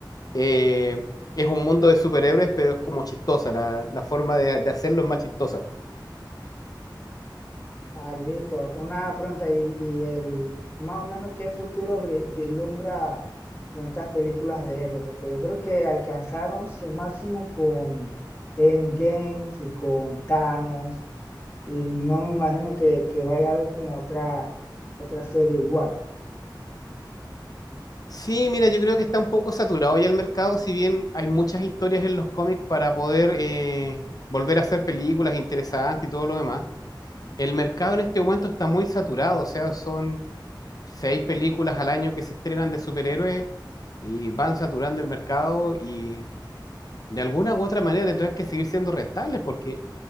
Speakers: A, on the left; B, on the left.
A: eh, es un mundo de superhéroes, pero es como chistosa, la, la forma de, de hacerlo es más chistosa.
B: Ah, listo. Una pregunta, y, y el, más o menos qué futuro bri- vislumbra con estas películas de héroes, porque yo creo que alcanzaron su máximo con Endgames y con Thanos, y no me imagino que, que vaya a haber como otra, otra serie igual.
A: Sí, mira, yo creo que está un poco saturado ya el mercado, si bien hay muchas historias en los cómics para poder eh, volver a hacer películas interesantes y todo lo demás. El mercado en este momento está muy saturado, o sea, son seis películas al año que se estrenan de superhéroes y van saturando el mercado y de alguna u otra manera tendrán que seguir siendo rentables porque